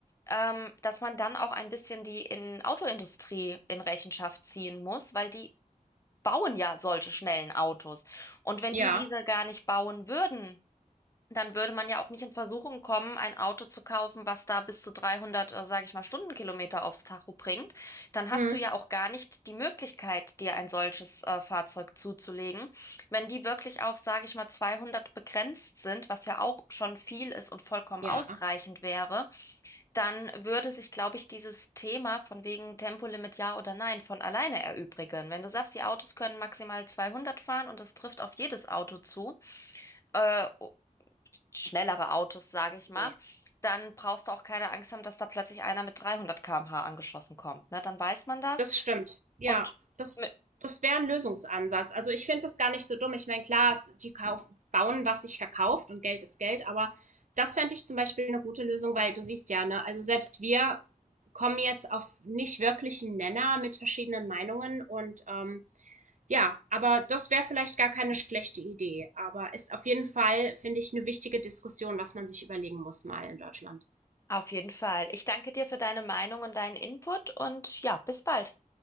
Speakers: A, on the left; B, on the right.
A: ähm, dass man dann auch ein bisschen die in Autoindustrie in Rechenschaft ziehen muss, weil die bauen ja solche schnellen Autos. Und wenn
B: Ja.
A: die diese gar nicht bauen würden, dann würde man ja auch nicht in Versuchung kommen, ein Auto zu kaufen, was da bis zu 300, äh, sage ich mal, Stundenkilometer aufs Tacho bringt. Dann hast
B: Mhm.
A: du ja auch gar nicht die Möglichkeit, dir ein solches, äh, Fahrzeug zuzulegen. Wenn die wirklich auf, sage ich mal, 200 begrenzt sind, was ja auch schon viel ist und vollkommen
B: Ja.
A: ausreichend wäre, dann würde sich, glaube ich, dieses Thema von wegen Tempolimit ja oder nein von alleine erübrigen. Wenn du sagst, die Autos können maximal 200 fahren und das trifft auf jedes Auto zu, äh, schnellere Autos, sage ich mal,
B: Nee.
A: dann brauchst du auch keine Angst haben, dass da plötzlich einer mit 300 km/h angeschossen kommt. Ne? Dann weiß man das.
B: Das stimmt. Ja,
A: Und
B: das,
A: mi-
B: das wäre ein Lösungsansatz. Also ich finde das gar nicht so dumm. Ich meine, klar, es, die kauf, bauen, was sich verkauft und Geld ist Geld, aber das fände ich zum Beispiel eine gute Lösung, weil du siehst ja, ne, also selbst wir kommen jetzt auf nicht wirklichen Nenner mit verschiedenen Meinungen und ähm, Ja, aber das wäre vielleicht gar keine schlechte Idee. Aber ist auf jeden Fall, finde ich, eine wichtige Diskussion, was man sich überlegen muss mal in Deutschland.
A: auf jeden Fall. Ich danke dir für deine Meinung und deinen Input und ja, bis bald.